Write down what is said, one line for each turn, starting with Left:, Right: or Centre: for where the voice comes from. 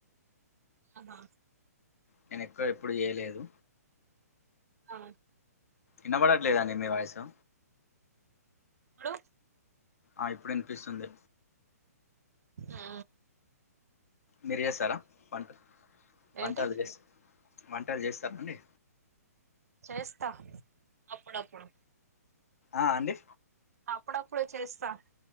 Right: ఆహా
Left: నేనెక్కువ ఎప్పుడు జేయలేదు
Right: ఆ
Left: ఇనబడట్లేదండి మీ వాయిసు
Right: ఆ
Left: ఆ ఇప్పుడు వినిపిస్తుంది
Right: ఆ
Left: మీరు చేస్తారా వంట వంటలు
Right: ఏంటి
Left: చేస్త వంటలు చేస్తారా అండి
Right: చేస్తా అప్పుడప్పుడు
Left: ఆ అండి
Right: అప్పుడప్పుడు చేస్తా